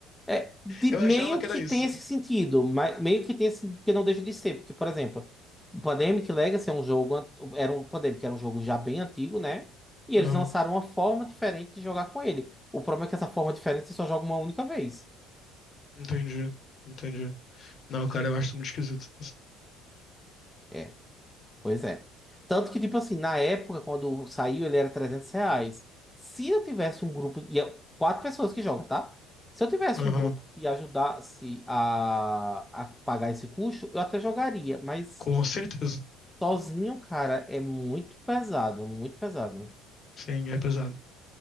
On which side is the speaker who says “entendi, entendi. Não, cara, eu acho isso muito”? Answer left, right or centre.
Left